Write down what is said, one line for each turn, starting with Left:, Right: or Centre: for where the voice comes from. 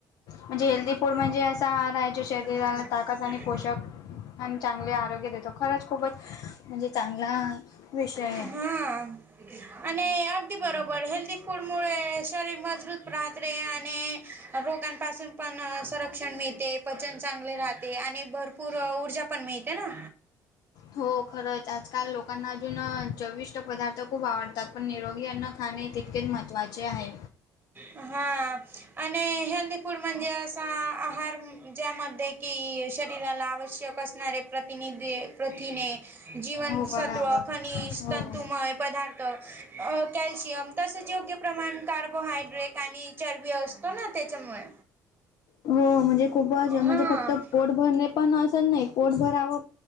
Left: म्हणजे हेल्दी फूड म्हणजे असा आहार आहे जो शरीराला
Right: आवाज येत
Left: ताकद आणि पोषक आणि चांगले आरोग्य देतो खरंच खूपच म्हणजे चांगला विषय आहे.
Right: हाय हा आणि अगदी बरोबर हेल्थी फूड मुळे शरीर मजबूत हते आणि रोगांपासून पण संरक्षण मिळते पचन चांगले राहते आणि भरपूर पूर ऊर्जा पण मिळते ना
Left: हो खरंच आजकाल लोकांना अजून चविष्ट पदार्थ खूप आवडतात पण निरोगीना खाणे तितके महत्चे आहे
Right: हा आणि हेल्दी फूड म्हणजे असा आहार ज्या मध्ये कि शरीराला आवश्यक असणारे प्रतिनिधी प्रथिने जीवनसत्व
Left: हो बराबर
Right: खनिज
Left: हो.
Right: तंतुमय पदार्थ अ कॅल्शियम तसंच योग्य प्रमाण कार्बोहायड्रेट आणि चरबी असतो ना त्याच्यामुळे
Left: हो म्हणजे खूपच म्हणजे
Right: हां
Left: फक्त पोट भरणे पण असं नाही पोट भरावं.